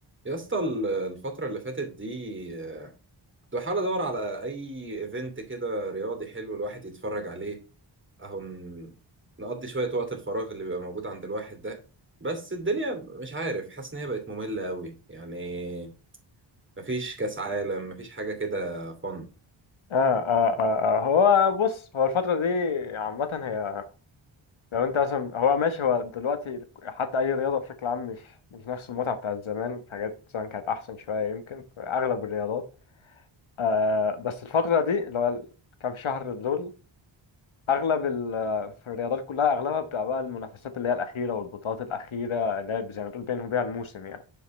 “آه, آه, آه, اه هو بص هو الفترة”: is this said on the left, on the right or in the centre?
Left